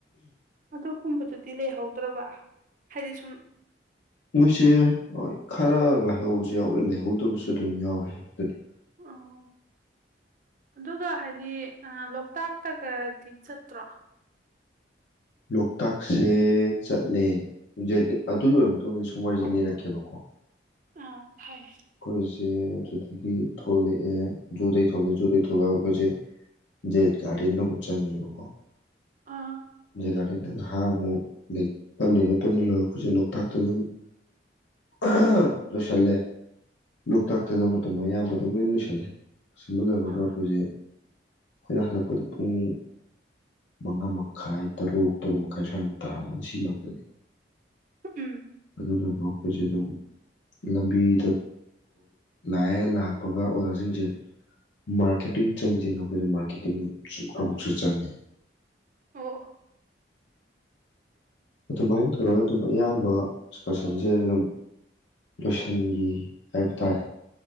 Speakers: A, on the right; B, on the left.
A: ꯑꯗꯨꯒꯨꯝꯕꯗꯨꯗꯤ ꯂꯩꯍꯧꯗ꯭ꯔꯕ ꯍꯥꯏꯇꯗꯤ ꯁꯨꯝ
B: ꯃꯣꯏꯁꯦ ꯈꯔ ꯂꯩꯥꯏꯍꯧꯕꯁꯨ ꯌꯥꯎꯋꯦ ꯂꯩꯍꯧꯗꯕꯁꯨ ꯑꯗꯨꯝ ꯌꯥꯎꯔꯦ ꯍꯥꯏꯕꯗꯨꯅꯤ
A: ꯑꯣ ꯑꯗꯨꯒ ꯍꯥꯏꯗꯤ ꯂꯣꯛꯇꯥꯛꯇꯒꯗꯤ ꯆꯠꯇ꯭ꯔꯣ
B: ꯂꯣꯛꯇꯥꯛꯁꯦ ꯆꯠꯂꯦ ꯑꯗꯨ ꯂꯣꯏꯔ ꯃꯇꯨꯡꯗ ꯁꯨꯝ ꯋꯥꯔꯤꯁꯦ ꯂꯩꯔꯛꯀꯦꯕꯀꯣ
A: ꯑꯥ ꯐꯩ
B: ꯀꯣꯏꯔꯨꯁꯦ ꯑꯗꯨꯗꯒꯤ ꯊꯣꯛꯂꯛ ꯑꯦ ꯖꯨꯗꯩ ꯊꯣꯂꯦ ꯖꯨꯗꯩ ꯊꯣꯂꯛꯒ ꯑꯩꯈꯣꯏꯁꯦ ꯓꯦꯠ ꯒꯥꯔꯗꯦꯟꯗ ꯑꯃꯨꯛ ꯆꯪꯉꯦꯕꯀꯣ
A: ꯑꯥ
B: ꯖꯒꯥꯗꯤ ꯅꯪ ꯍꯥ ꯑꯃꯨꯛ ꯂꯩ ꯄꯜꯂꯨꯔꯦ ꯄꯜꯂꯨꯔꯒ ꯑꯩꯈꯣꯏꯁꯦ ꯂꯣꯛꯇꯥꯛꯇ ꯑꯗꯨꯝ <inaudible>
A: ꯎꯝ
B: ꯂꯣꯁꯜꯂꯦ ꯂꯣꯛꯇꯥꯛꯇ ꯑꯗꯨ ꯃꯇꯝ ꯑꯌꯥꯝꯕ ꯑꯗꯨꯝ ꯂꯣꯏ ꯂꯣꯏꯁꯜꯂꯦ ꯑꯁꯨꯝꯕ ꯂꯩꯕꯒ
A: ꯑꯥ
B: ꯑꯩꯈꯣꯏꯁꯦ ꯑꯩꯈꯣꯏꯅ ꯍꯜꯂꯛꯄꯗ ꯄꯨꯡ ꯃꯉꯥ ꯃꯈꯥꯏ ꯇꯔꯨꯛ ꯇꯔꯨꯛ ꯃꯈꯥꯏ ꯁ꯭ꯋꯥꯏꯃꯨꯛ ꯇꯥꯃ ꯁꯤ ꯃꯔꯛꯇꯗꯤ
A: ꯎꯝ
B: ꯑꯗꯨꯗꯨꯕ ꯑꯩꯈꯣꯏꯁꯦ ꯑꯗꯨꯝ ꯂꯝꯕꯤꯗ ꯂꯥꯛꯑꯦ ꯂꯥꯛꯄꯒ ꯑꯣꯖꯥꯁꯤꯡꯁꯦ ꯃꯥꯔꯀꯦꯇꯤꯡ ꯆꯪꯁꯦꯅ ꯑꯩꯈꯣꯏꯁꯦ ꯃꯥꯔꯀꯦꯇꯤꯡ ꯁꯨꯝ ꯑꯃꯨꯛꯁꯨ ꯆꯪꯉꯦ
A: ꯑꯣ
B: ꯑꯗꯨꯃꯥꯏꯅ ꯇꯧꯔꯒ ꯑꯗꯨꯝ ꯑꯌꯥꯝꯕ ꯑꯦꯛꯀꯔꯁꯟꯁꯦ ꯑꯗꯨꯝ ꯂꯣꯏꯁꯤꯟꯒꯤ ꯍꯥꯏꯕ ꯇꯥꯔꯦ